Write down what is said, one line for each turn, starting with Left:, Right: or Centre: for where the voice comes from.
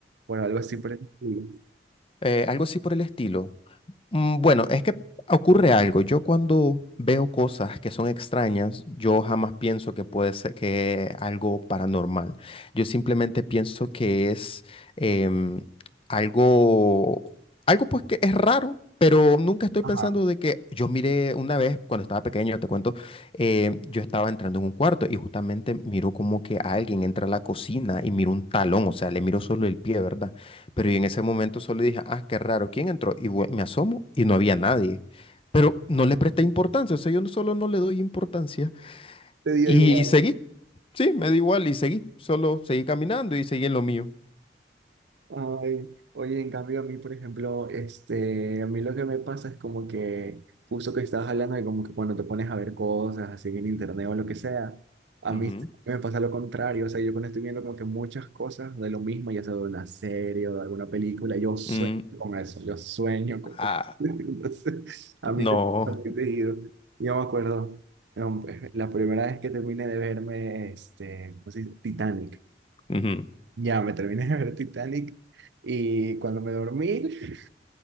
Right: Bueno, algo así por el estilo.
Left: Eh, algo así por el estilo. Mm, Bueno, es que ocurre algo. Yo cuando veo cosas que son extrañas, yo jamás pienso que puede ser que algo paranormal. Yo simplemente pienso que es em, algo, algo pues que es raro, pero nunca estoy
Right: Ajá.
Left: pensando de que yo miré una vez cuando estaba pequeño, te cuento, eh, yo estaba entrando en un cuarto y justamente miro como que alguien entra a la cocina y miro un talón, o sea, le miro solo el pie, ¿verdad? Pero y en ese momento solo dije, ah, qué raro, ¿quién entró? Y vue- me asomo y no había nadie. Pero no le presté importancia, o sea, yo no- solo no le doy importancia.
Right: Te dio
Left: Y,
Right: igual.
Left: seguí, sí, me da igual y seguí, solo seguí caminando y seguí en lo mío.
Right: Ay, oye, en cambio a mí, por ejemplo, este, a mí lo que me pasa es como que justo que estabas hablando de como que cuando te pones a ver cosas así en internet o lo que sea, a
Left: Ujú,
Right: mí s- me pasa lo contrario, o sea, yo cuando estoy viendo como que muchas cosas de lo mismo, ya sea de una serie o de alguna película, yo sueño
Left: mm,
Right: con eso, yo sueño con
Left: ah,
Right: eso. <laughs> Entonces, a mí
Left: no.
Right: se me ha digo, yo me acuerdo, em, la primera vez que terminé de verme, este, ¿cómo se dice? Titanic.
Left: ujú,
Right: Ya, me terminé de ver Titanic y cuando me dormí, <laughs>